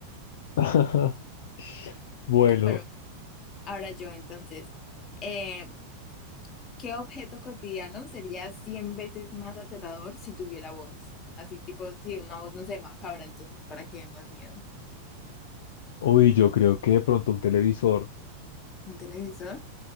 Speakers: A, on the left (about 55°); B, on the left (about 30°).
A: <laughs> Bueno,
B: Bueno, ahora yo entonces, eh, ¿qué objeto cotidiano sería 100 veces más aterrador si tuviera voz? Así tipo, si una voz no se macabra, entonces ¿para qué dé más miedo?
A: uy, yo creo que de pronto un televisor,
B: ¿Un televisor?